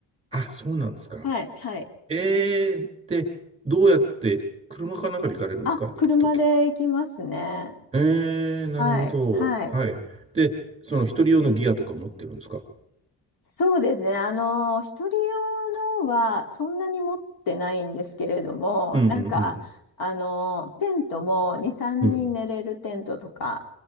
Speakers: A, on the right (about 15°); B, on the left (about 65°).
A: あ、そうなんですか。
B: はいはい。
A: ええー、で、どうやって、車かなんかで行かれるんですか行くとき。
B: あ、車で行きますね。
A: ええ、なるほど。
B: はいはい。
A: はい。で、その一人用のギアとか持ってるんですか
B: そうですね。あの、一人用のはそんなに持ってないんですけれども、
A: うんうん
B: なんか、あの、テントも2、3人寝れるテントとか
A: うん。